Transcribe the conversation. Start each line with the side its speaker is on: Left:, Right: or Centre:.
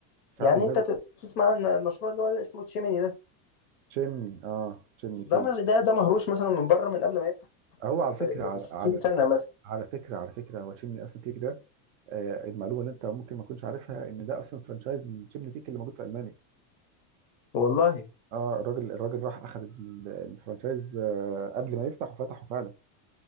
Right: فعلا
Left: يعني
Right: صح
Left: أنت
Right: لازم
Left: ت- تسمع عن المشروع اللي هو اللي اسمه تشيميني ده
Right: تشيمني اه تشيمني كيك
Left: ده مه- ده ده مهروش مثلا من بره من قبل ما يفتح
Right: هو على فكره
Left: ب
Right: على
Left: 60
Right: على
Left: سنة مثلا
Right: على فكره على فكره هو تشيمني اصلا كيك ده آه المعلومه اللي انت ممكن ما تكونش عارفها ان ده اصلا فرانشايز من تشيمني كيك اللي موجود في المانيا
Left: والله
Right: اه الراجل الراجل راح اخذ ال- الفرانشايز آه قبل ما يفتح وفتحه فعلا